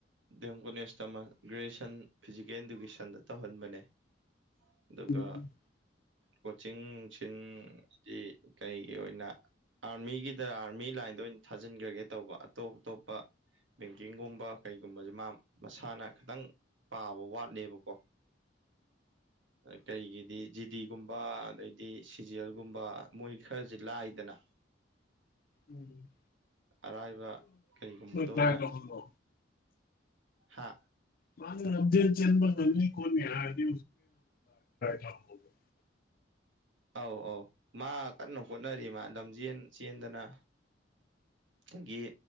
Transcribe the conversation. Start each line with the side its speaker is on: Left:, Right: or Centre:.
Right: ꯗꯤ ꯑꯦꯝ ꯀꯣꯂꯦꯖꯇ ꯃꯥ ꯒ꯭ꯔꯦꯖꯨꯑꯦꯁꯟ ꯐꯤꯖꯤꯀꯦꯜ ꯏꯗꯨꯀꯦꯁꯟꯗ ꯇꯧꯍꯟꯕꯅꯦ ꯑꯗꯨꯒ
Left: ꯎꯝ
Right: ꯀꯣꯆꯤꯡ ꯅꯨꯡꯁꯤꯟꯗꯤ ꯀꯩꯒꯤ ꯑꯣꯏꯅ ꯑꯥꯔꯃꯤꯒꯤꯗ ꯑꯥꯔꯃꯤ ꯂꯥꯏꯟꯗ ꯑꯣꯏꯅ ꯊꯥꯖꯤꯟꯈ꯭ꯔꯒꯦ ꯇꯧꯕ ꯑꯇꯣꯞ ꯑꯇꯣꯞꯄ ꯕꯦꯡꯀꯤꯡꯒꯨꯝꯕ ꯀꯩꯒꯨꯝꯕꯁꯦ ꯃꯥ ꯃꯁꯥꯅ ꯈꯤꯇꯪ ꯄꯥꯝꯕ ꯋꯥꯠꯂꯦꯕꯀꯣ ꯀꯩꯒꯤꯗꯤ ꯖꯤꯗꯤꯒꯨꯝꯕ ꯑꯗꯩꯗꯤ ꯁꯤꯖꯦꯜꯒꯨꯝꯕ ꯃꯣꯏ ꯈꯔꯁꯦ ꯂꯥꯏꯗꯅ
Left: ꯎꯝ
Right: ꯑꯔꯥꯏꯕ ꯀꯩꯒꯨꯝꯕꯗ ꯑꯣꯏꯅ
Left: ꯇꯔ꯭ꯥꯏ ꯇꯧꯍꯜꯂꯣ
Right: ꯍꯥ
Left: ꯃꯥꯥꯅ ꯂꯝꯖꯦꯜ ꯆꯦꯟꯕ ꯉꯝꯅꯤ ꯈꯣꯠꯅꯤ ꯍꯥꯏꯔꯗꯤ ꯇꯧꯍꯜꯂꯣ
Right: ꯑꯧ ꯑꯧ ꯃꯥ ꯀꯟꯅ ꯍꯣꯠꯅꯔꯤ ꯃꯥ ꯂꯝꯖꯦꯟ ꯆꯦꯟꯗꯅ ꯗꯒꯤ